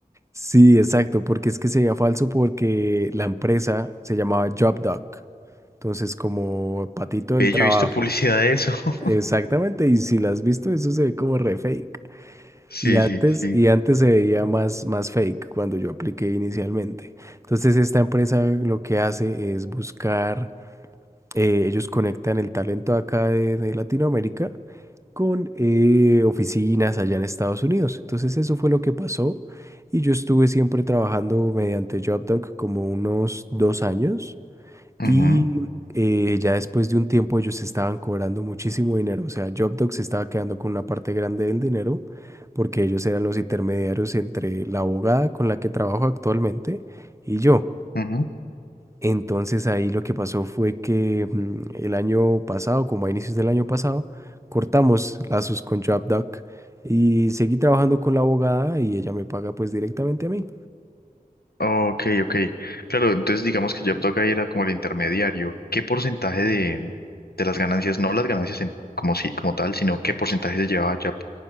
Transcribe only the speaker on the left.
Ve,
yo he visto <laughs> publicidad de eso. <laughs>
Sí,
sí, sí.
Ujú,
ujú.
Ok, ok. Claro, entonces digamos que Dog ahí era como el intermediario. ¿Qué porcentaje de, de las ganancias, no las ganancias en- como si, como tal, sino qué porcentaje se llevaba Dog